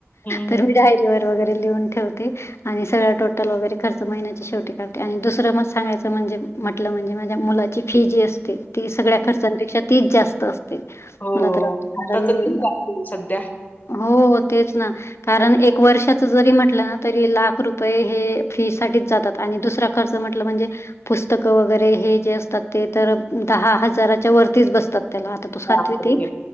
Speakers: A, on the left; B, on the left.
A: हं,
B: तर मी डायरीवर वगैरे लिहून ठेवते. आणि सगळं टोटल वगैरे खर्च महि्याची शेवटी काढते आणि दुसरं म सांगायचं म्हणजे म्हटलं म्हणजे माझ्या मुलाची फी जी असते, ती सगळ्या
A: हं.
B: खर्चांपेक्षा तीच जास्त असते. ते,
A: हो.
B: मला तर अगदी कारण
A: आता तर तेच चालू आहे सध्या.
B: हो तेच ना. कारण एक वर्षाच जरी म्हटलं ना, तरी लाख रुपये हे फी साठीच जातात आणि दुसरा खर्च म्हटलं म्हणजे पुस्तकं वगैरे हे जे असतात ते तर, दहा हजाराच्या वरतीच बसतात. त्याला आता तो सातवी
A: बापरे!
B: ते